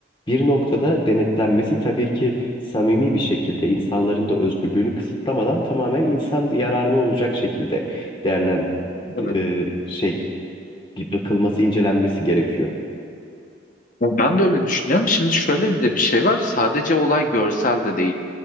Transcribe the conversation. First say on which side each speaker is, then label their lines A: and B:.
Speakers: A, on the left (about 25°); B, on the left (about 45°).
A: bir noktada denetlenmesi tabii ki samimi bir şekilde insanların da özgürlüğünü kısıtlamadan tamamen insan yararına olacak şekilde değerlen
B: Tabii.
A: e, şey bir bakılması, incelenmesi gerekiyor.
B: Ya Ben de öyle düşünüyorum. Şimdi şöyle bir de bir şey var. Sadece olay görsel de değil.